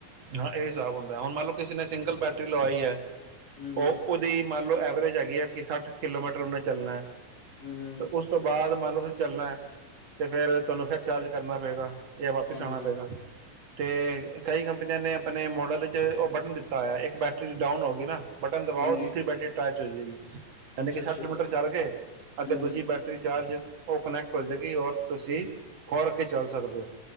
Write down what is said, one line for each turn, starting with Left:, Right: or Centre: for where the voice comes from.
Right: ਹਾਂ ਇਹ <unintelligible> ਹੁੰਦਾ ਹੁਣ ਮੰਨ ਲਓ ਕਿਸੇ ਨੇ ਸਿੰਗਲ ਬੈਟਰੀ ਲਵਾਈ ਹੈ
Left: ਹੂੰ-ਹੂੰ,
Right: ਉਹ ਉਹਦੀ ਮੰਨ ਲਓ ਐ ਅਵਰੇਜ ਹੈਗੀ ਹੈ ਕਿ ਸੱਠ ਕਿਲੋਮੀਟਰ ਉਹਨੇ ਚੱਲਨਾ।
Left: ਹੂੰ-ਹੂੰ,
Right: ਤੇ ਉਸ ਤੋਂ ਬਾਅਦ ਮਨ <unintelligible> ਚੱਲਣਾ ਤੇ ਫੇਰ ਤੁਹਾਨੂੰ ਫੇਰ ਚਾਰਜ ਕਰਨਾ ਪਏਗਾ ਜਾਂ ਵਾਪਿਸ
Left: ਹੂੰ-ਹੂੰ,
Right: ਆਉਣਾ ਪਏਗਾ ਤੇ ਕਈ ਕੰਪਨੀਆਂ ਨੇ ਆਪਣੇ ਮੋ <unintelligible> ਚ ਉਹ ਬਟਨ ਦਿੱਤਾ ਹੋਇਆ ਇੱਕ ਬੈਟਰੀ ਡਾਊਨ ਹੋਗੀ ਨਾ ਬਟਨ ਦਬਾਓ
Left: ਹਾਂਜੀ,
Right: <unintelligible> <unintelligible> ਯਾਨੀ
Left: ਅੱਛਾ-ਅੱਛਾ,
Right: ਕਿ ਸੱਠ ਕਿਲੋਮੀਟਰ ਚੱਲ ਕੇ ਅੱਗੇ
Left: ਹੂੰ-ਹੂੰ,
Right: ਦੂਜੀ ਬੈਟਰੀ ਚਾਰਜ ਉਹ ਕਨੈਕਟ ਹੋਜੇਗੀ ਔਰ ਤੁਸੀਂ ਹੋੋਰ ਅੱਗੇ ਚੱਲ ਸਕਦੇ ਹੋ